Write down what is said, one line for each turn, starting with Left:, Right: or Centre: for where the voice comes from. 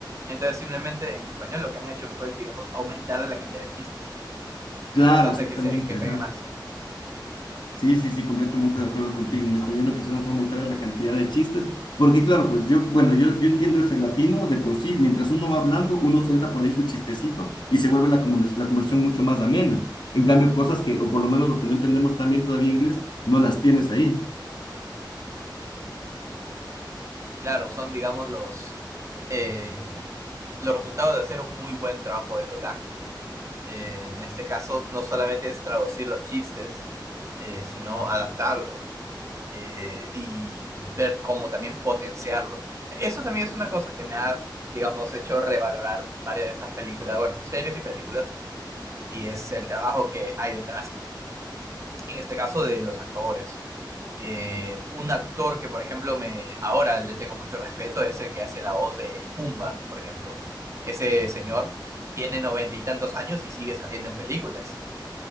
Right: Entonces, simplemente en español lo que han hecho fue, digamos, aumentarle la cantidad de chistes.
Left: Claro,
Right: Y eso hace
Left: exactamente,
Right: que, se, que pegue
Left: Ajá.
Right: más.
Left: Sí, sí, sí, completamente de acuerdo contigo. En español lo que hicieron fue aumentar la cantidad de chistes, porque claro, pues yo, bueno, yo, yo entiendo esto, el latino de por sí, mientras uno va hablando, uno suelta por ahí su chistecito y se vuelve la, conver- la conversión mucho más amena. En cambio, cosas que, o por lo menos los que no entendemos también todavía inglés, no las tienes ahí.
Right: Claro, son, digamos, los, eh, los resultados de hacer un muy buen trabajo de doblaje. Eh, en este caso, no solamente es traducir los chistes, eh, sino adaptarlo eh, y ver cómo también potenciarlo. Eso también es una cosa que me ha, digamos, hecho revalorar varias de estas películas, bueno, series y películas, y es el trabajo que hay detrás, en este caso de los actores. Eh, un actor que, por ejemplo, me ahora le tengo mucho respeto es el que hace la voz de Pumba, por ejemplo. Ese señor tiene noventa y tantos años y sigue saliendo en películas.